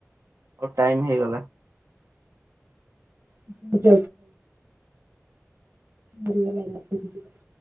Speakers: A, on the right; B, on the right.
A: ମୋ ଟାଇମ ହେଇଗଲା।
B: <unintelligible> ବଢ଼ିଆ ଲାଗିଲା <unintelligible>